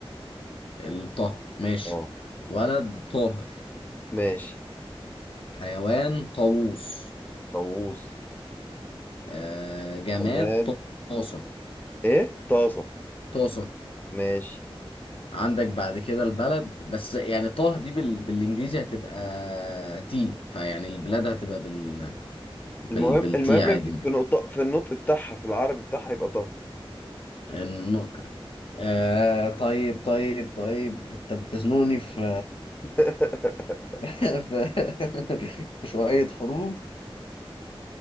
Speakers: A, on the left; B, on the left.
A: الطه ماشي
B: اه
A: ولد طاهر
B: ماشي
A: حيوان طاووس
B: طاووس
A: آه جماد
B: طماط
A: طاسة
B: ايه طاسة
A: طاسة
B: ماشي
A: عندك بعد كده البلد بس يعني طه دي بال... بالانجليزي هتبقى تي فيعني البلاد هتبقى بال...
B: المهم
A: بال... بالتي
B: المهم
A: عادي
B: في في نقطة في النطق بتاعها في العربي بتاعها يبقى طه
A: الن... آه طيب طيب طيب انت بتزنوني في
B: <laughs>
A: <laughs> في في شوية حروف